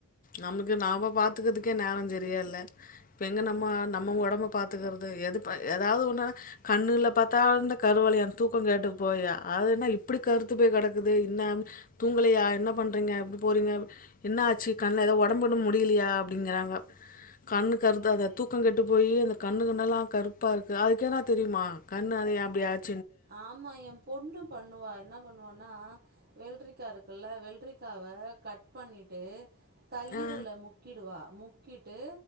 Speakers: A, on the left; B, on the right.
A: நமக்கு நாம பாத்துக்கிதுக்கே நேரம் செரியால்ல இப்ப எங்க நம்ம நம்ம ஒடம்ப பாத்துக்கிறது எதுப் எதாவது ஒன்னுன்னா கண்ணுல பாத்தா இந்த கருவலையோ தூக்கம் கெட்டு போயி அது என்ன இப்படி கருத்து போய் கெடக்குது என்னா தூங்கலயா என்ன பண்றிங்க எப்ப போறிங்க என்னா ஆச்சு கண்ண எத ஒடம்பு கிடம்பு முடியலயா அப்டிங்கறாங்க கண்ணு கருத்தாத தூக்கம் கெட்டுப் போயி அந்த கண்ணு கிண்ணல்லா கருப்பா இருக்கு அதுக்கு எதானா தெரியுமா கண் அத ஏ இப்படியாச்
B: ஆமா என் பொண்ணு பண்ணுவா என்ன பண்ணுவான்னா வெல்ரிக்கா இருக்குல்ல வெல்ரிக்காவ கட் பண்ணிட்டு தயிரல
A: ஆ
B: முக்கிடுவா முக்கிட்டு